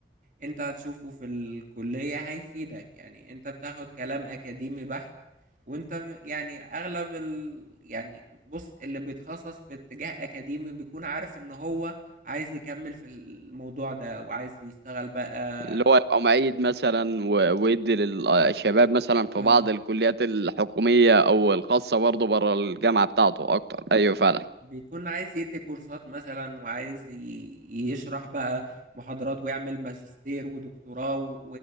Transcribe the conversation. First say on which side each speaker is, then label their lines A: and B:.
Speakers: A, on the right; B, on the right.
A: انت هتشوفه في الكلية هيفيدك يعني انت بتاخد كلام اكاديمي بحت وانت م- يعني اغلب ال... يعني بص اللي بيتخصص في اتجاه اكاديمي بيكون عارف ان هو عايز يكمل في الموضوع ده وعايز يشتغل بقى
B: اللي هو يبقى معيد مثلا و- ويدي للشباب مثلا في
A: اه
B: بعض الكليات الحكوميه او الخاصه برضه بره الجامعه بتاعته اكتر ايوه فعلا
A: بيكون عايز يدي كورسات مثلا وعايز ي- يشرح بقى محاضرات ويعمل ماجستير ودكتوراه و-